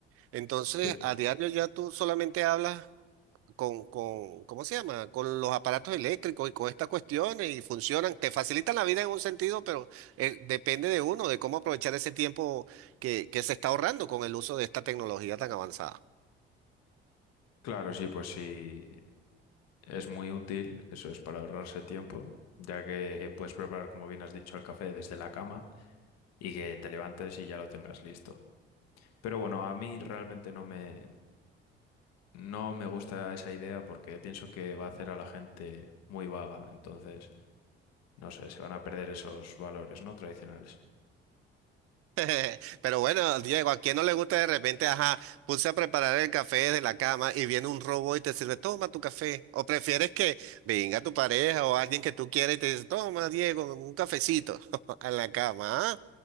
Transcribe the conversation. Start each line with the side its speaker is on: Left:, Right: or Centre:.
Right: Entonces,
Left: Sí.
Right: a diario ya tú solamente hablas con, con, ¿cómo se llama? Con los aparatos eléctricos y con estas cuestiones y funcionan, te facilitan la vida en un sentido, pero eh, depende de uno, de cómo aprovechar ese tiempo que, que se está ahorrando con el uso de esta tecnología tan avanzada.
Left: Claro, sí, pues sí, es muy útil, eso es para ahorrarse tiempo, ya que puedes preparar, como bien has dicho, el café desde la cama y que te levantes y ya lo tengas listo. Pero bueno, a mí realmente no me, no me gusta esa idea porque pienso que va a hacer a la gente muy vaga, entonces... No sé, se van a perder esos valores, ¿no? Tradicionales.
Right: <laughs> Pero bueno, Diego, a quien no le gusta de repente, ajá, puse a preparar el café desde la cama y viene un robot y te sirve, toma tu café. O prefieres que venga tu pareja o alguien que tú quieras y te dice, toma, Diego, un cafecito <laughs> en la cama, ¿ah?